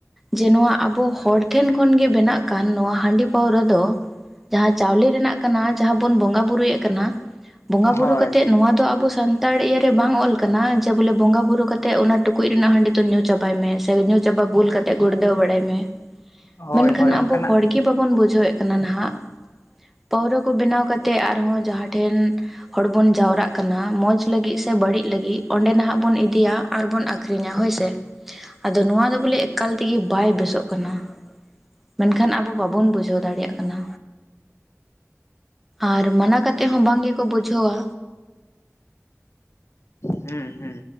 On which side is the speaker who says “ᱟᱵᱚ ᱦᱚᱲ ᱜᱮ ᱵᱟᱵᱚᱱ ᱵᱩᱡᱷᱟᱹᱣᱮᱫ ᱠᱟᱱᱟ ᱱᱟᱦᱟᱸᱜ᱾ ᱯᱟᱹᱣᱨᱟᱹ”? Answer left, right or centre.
Centre